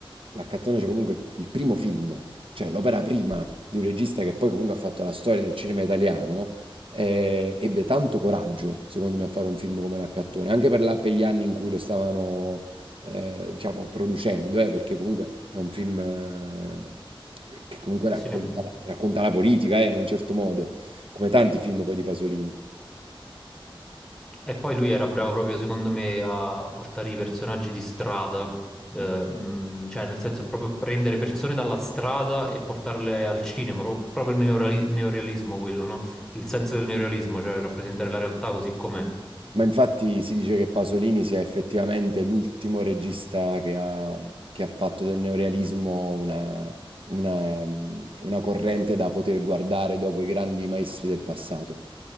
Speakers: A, on the right; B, in the centre.
A: l'Accattone c'è comunque il, il primo film, cioè l'opera prima di un regista che poi comunque ha fatto la storia del cinema italiano, eh, ebbe tanto coraggio, secondo me, a fare un film come l'Accattone, anche per, la- per gli anni in cui lo stavano, eh, diciamo, producendo, eh, perché comunque è un film... eh, Che comunque racconta
B: Sì,
A: la, racconta la politica, eh, in un certo modo, come tanti film poi di Pasolini.
B: E poi lui era bravo proprio, secondo me, a, a portare i personaggi di strada, Eh, mh, cioè nel senso proprio prendere persone dalla strada e portarle al cinema, pro- proprio, il neoreali- neorealismo quello, no? Il senso del neorealismo, cioè rappresentare la realtà così com'è.
A: Ma infatti si dice che Pasolini sia effettivamente l'ultimo regista che ha, che ha fatto del neorealismo una, una, una corrente da poter guardare dopo i grandi maestri del passato.